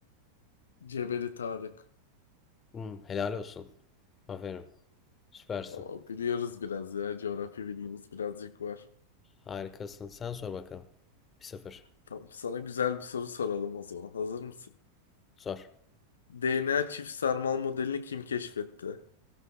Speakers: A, on the left (about 65°); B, on the left (about 20°).
A: Cebeli Tarık.
B: Hmm, helal olsun. Aferin. Süpersin.
A: O, biliyoruz biraz ya. Coğrafya bilgimiz birazcık var.
B: Harikasın. Sen sor bakalım. Bir sıfır.
A: Tamam, sana güzel bir soru soralım o zaman. Hazır mısın?
B: Sor.
A: DNA çift sarmal modelini kim keşfetti?